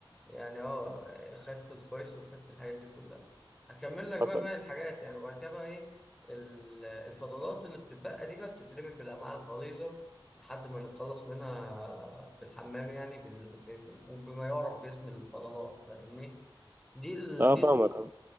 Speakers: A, in the centre; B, on the right.
A: يعني اه خايف في سبايس وخايف في الحاجات دي كلها هكمل لك
B: حصل
A: بقى باقي الحاجات يعني وبعد كده بقى ايه ال- الفضلات اللي بتتبقى دي بقى بتترمي في الامعاء الغليظه لحد ما نتخلص منها في الحمام يعني بال- ب- وبما يعرف باسم الفضلات فاهمني دي ال...
B: اه
A: دي
B: فاهمك آه.